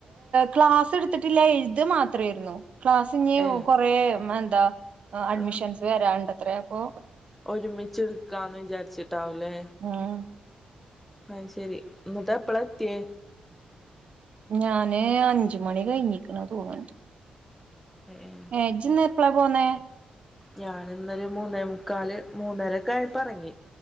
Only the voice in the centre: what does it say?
ഏഹ്
ആഹ്
ഒരുമിച്ച് എടുക്കാന്ന് വിചാരിച്ചിട്ടാവൂ ല്ലേ
അയ്ശരി ഇന്ന്ട്ട് എപ്പളാ എത്തിയേ
ഏഹ്
ഞാൻ ഇന്നൊരു മൂന്നേ മുക്കാല് മൂന്നരൊക്കെ ആയപ്പെറങ്ങി